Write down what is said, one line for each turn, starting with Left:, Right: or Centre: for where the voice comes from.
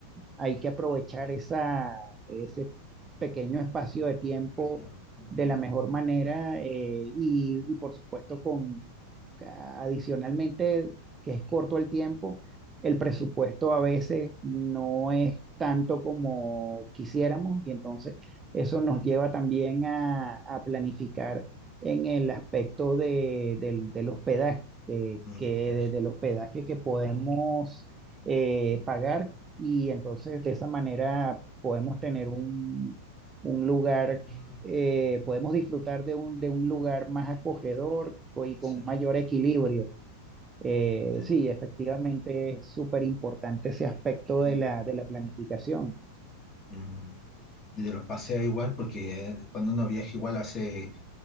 Right: hay que aprovechar esa, ese pequeño espacio de tiempo
Left: pasión, mm,
Right: de la mejor manera eh, y, y por supuesto con a- adicionalmente que es corto el tiempo, el presupuesto a veces no es tanto como quisiéramos y entonces eso nos lleva también a a planificar en el aspecto de, del, del hospedaje, de,
Left: mm,
Right: que
Left: hospedaje,
Right: desde el hospedaje que podemos eh, pagar y entonces de esa manera podemos tener un, un lugar,
Left: mm,
Right: eh, podemos disfrutar de un, de un lugar más acogedor y con
Left: sí,
Right: mayor equilibrio. Eh,
Left: sí,
Right: sí, efectivamente es súper importante ese aspecto
Left: sí,
Right: de la, de la planificación.
Left: mm. Y de los paseos igual, porque eh, cuando uno viaja igual hace